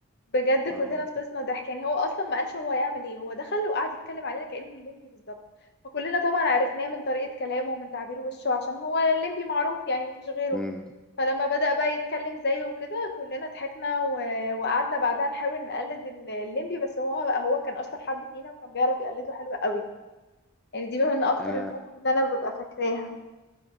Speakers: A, on the left; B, in the centre.
A: بجد
B: اه
A: كلنا فطسنا ضحك يعني هو اصلا ما قالش هو هيعمل ايه هو دخل وقعد يتكلم علينا كانه الليمبي بالظبط فكلنا طبعا عرفناه من طريقه كلامه ومن تعبير وشه عشان هو الليمبي معروف يعني مفيش غيره
B: مم.
A: فلما بدأ بقى يتكلم زيه وكده كلنا ضحكنا و... وقعدنا بعدها نحاول نقلد ال- الليمبي بس هو بقى هو كان اشطر حد فينا وكان بيعرف يقلده حلو قوي يعني دي من اكتر
B: انا
A: المواقف اللي انا ببقى فاكراها